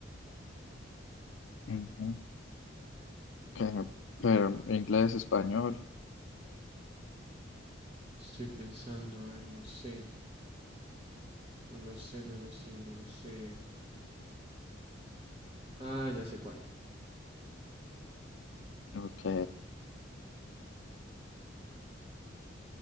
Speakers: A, on the left; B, on the right.
A: Ujú. Que- pero
B: mm,
A: inglés, español.
B: estoy pensando, a ver, no sé. No lo sé, no lo sé, no lo sé. Ah, ya sé cuál.
A: Ok.